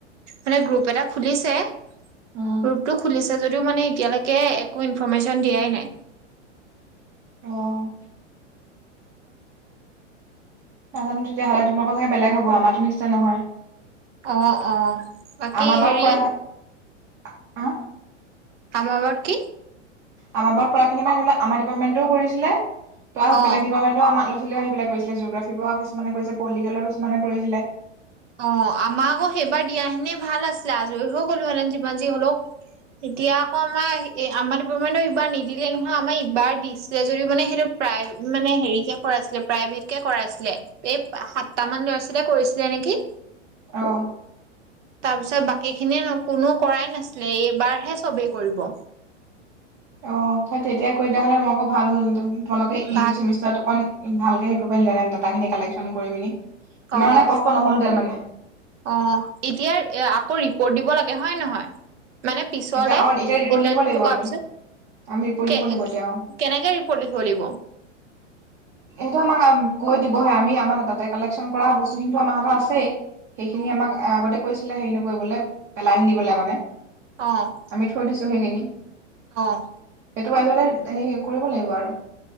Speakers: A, on the right; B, on the right.
A: মানে গ্ৰুপ এটা খুলিছে। গ্ৰুপটো
B: উম
A: খুলিছে যদিও মানে এতিয়ালৈকে এ একো ইনফৰৰ্মেশ্যন দিয়াই নাই।
B: অঁ। নাজানো তেতিয়াহ'লে তোমালোকৰ চাগে বেলেগ হ'ব, আমাৰটো নিচিনা নহয়।
A: অঁ, অ', বাকী
B: আমাৰ বাৰত
A: হেৰি
B: কৰা আ আহ
A: আমাৰ বাৰত কি?
B: আমাৰ বাৰত কৰাখিনি মানে ধৰি লোৱা, আমাৰ ডিপাৰ্টমেণ্টও কৰিছিলে। প্লাছ
A: অ
B: বেলেগ দিপাৰ্তমেন্তেও আমাৰ <unintelligible> আহি পেলায় কৰিছিল, জিঅগ্ৰফী পৰা কিছুমানে কৰিছিলে, পলিটিকেলৰ কিছুমানে কৰিছিলে।
A: অঁ, আমাক আকৌ সেইবাৰ দিয়া হেতেনে ভাল আছিলে আজৰি হৈ গ'লো হেতেন যিমান যি হ'লেও। এতিয়া আকৌ আমাৰ এ আমাৰ ডিপাৰ্টমেণ্টও এইবাৰ নিদিলে নহয় আমাৰ ইবাৰ দিছিলে যদিও মানে সেইটো প্ৰাই মানে হেৰি কে কৰাইছিলে প্ৰাইভেট কে কৰাইছিলে, এই সাতটা মান ল'ৰা ছোৱালীয়ে কৰিছিলে নেকি।
B: অঁ।
A: তাৰপিছত বাকী খিনিয়ে ন কোনো কৰাই নাছিলে, এইবাৰহে চবেই কৰিব।
B: অঁ, সেই তেতিয়াই কৰি দিয়া হ'লে তোমালোকৰ ভাল হ'ল হেতেন। তোমালোকে
A: ভাল
B: এইটো চেমিষ্টাৰত অকণ ভালকে হেৰী <unintelligible> দাটাখিনি কালেকশ্যন কৰি পিনি। ইমান
A: অ',
B: মানে কষ্ট নহ'ল হতেন মানে।
A: অ' এতিয়া আকৌ, ৰিপৰ্ট দিব লাগে হয় নহয়? মানে পিছলে,
B: এতিয়া অ এতিয়া ৰিপৰ্ট
A: ইন্দ্ৰণজীটো
B: লিখিব লাগিব
A: কৰা
B: আমি
A: পিছত।
B: আমি ৰিপৰ্ট লিখিব
A: কে
B: লাগিব এতিয়া অ
A: কেনেকে ৰিপৰ্ট লিখিব লাগিব?
B: সেইটো আমাক কৈ দিবহে আমি আমাৰ দাতা কালেকশচন কৰা বস্তুখিনিো আমাৰ হাতত আছেই! সেইখিনি
A: অ',
B: আমাক আগতে কৈছিলে হেৰি নকৰিবলৈ, পেলাই নি দিবলৈ মানে।
A: অ',
B: আমি থৈ দিছো হৈ গনি <unintelligible>
A: অ'!
B: সেইটো আগতে, হেই কৰিব লাগিব আৰু